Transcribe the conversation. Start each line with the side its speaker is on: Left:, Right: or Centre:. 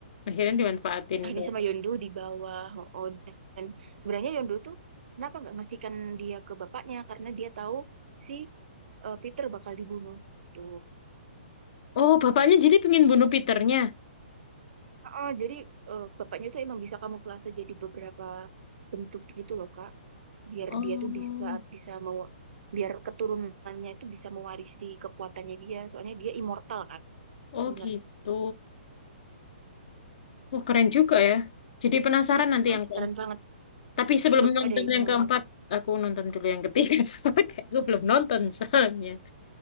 Left: Akhirnya dimanfaatin
Right: Akhirnya
Left: tuh.
Right: sama Yondu di bawah. Oh, oh, dan sebenarnya Yondu tuh kenapa nggak ngasihkan dia ke bapaknya? Karena dia tahu si eh, Peter bakal dibunuh. Gitu.
Left: Oh bapaknya jadi pengen bunuh Peternya.
Right: Oh, jadi eh, bapaknya tuh emang bisa kamuflase jadi beberapa bentuk gitu loh, Kak. Biar
Left: Oh,
Right: dia tuh bisa bisa mau biar keturunannya itu bisa mewarisi kekuatannya dia. Soalnya dia immortal kan
Left: oh
Right: sebenarnya.
Left: gitu. Oh keren juga ya. Jadi penasaran nanti
Right: Hmm,
Left: yang ke
Right: keren banget.
Left: Tapi sebelum
Right: Coba
Left: nonton
Right: deh
Left: yang
Right: nonton.
Left: keempat, aku nonton dulu yang ketiga. <laughs> Kayak Aku belum nonton soalnya.